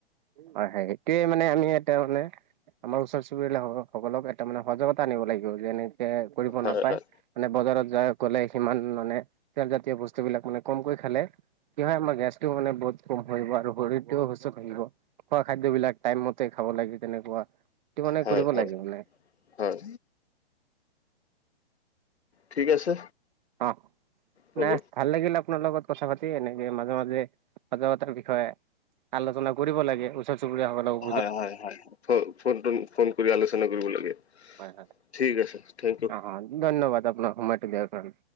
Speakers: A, on the right (about 45°); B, on the left (about 85°).
A: হয়-হয় সেইটোৱেই মানে আমি এটা মানে আমাৰ ওচৰ চুবুৰীয়াসকলক <unintelligible> তাৰ মানে সজাগতা আনিব লাগিব যে এনেকে কৰিব
B: হয়
A: নাপায়
B: হয়
A: মানে বজাৰত যাই গ'লে সিমান মানে তেলজাতীয় বস্তুবিলাক মানে কমকৈ খালে কি হয় আমাৰ গেছটোও মানে বহুত কম থাকিব আৰু শৰীৰটোও সুস্থ থাকিব। খোৱা খাদ্যবিলাক টাইম মতে খাব লাগে তেনেকুৱা সেইটো মানে
B: হয়
A: কৰিব
B: হয়
A: লাগে মানে
B: হয় ঠিক আছে
A: অ
B: হ'ব।
A: নাই ভাল লাগিল আপোনাৰ লগত কথা পাতি এনেকে মাজে মাজে সজাগতাৰ বিষয়ে আলোচনা কৰিব লাগে ওচৰ চুবুৰীয়াসকলক
B: হয় হয় হয় ফ' ফ'নটো ফ'ন কৰি আলোচনা কৰিব লাগে
A: হয় হয়
B: ঠিক আছে থেংক ইউ।
A: অ অ ধন্যবাদ আপোনাক সময়টো দিয়াৰ কাৰনে